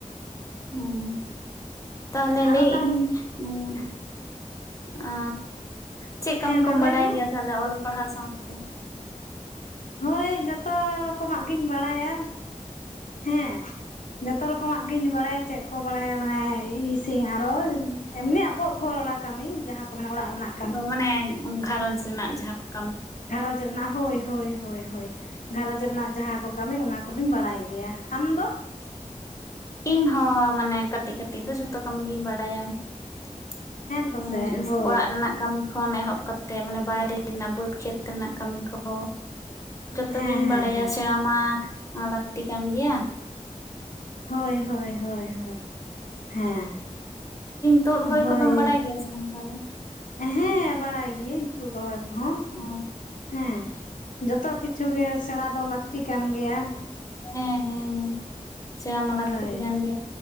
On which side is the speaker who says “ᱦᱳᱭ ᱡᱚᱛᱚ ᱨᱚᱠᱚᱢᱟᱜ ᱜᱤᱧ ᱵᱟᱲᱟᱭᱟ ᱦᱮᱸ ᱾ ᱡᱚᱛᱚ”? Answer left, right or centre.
Left